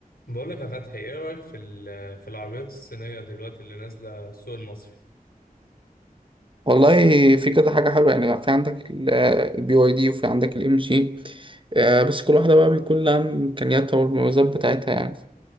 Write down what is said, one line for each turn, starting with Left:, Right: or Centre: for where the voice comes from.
Left: بقولك يا فتحي ايه رأيك في ال- في العربيات الصينية دلوقتي اللي نازلة السوق المصري
Right: والله في كذا حاجة حلوة يعني في عندك البي واي دي وفي عندك الام جي بس كل واحدة بقى بيكون لها إمكانياتها والمميزات بتاعتها يعني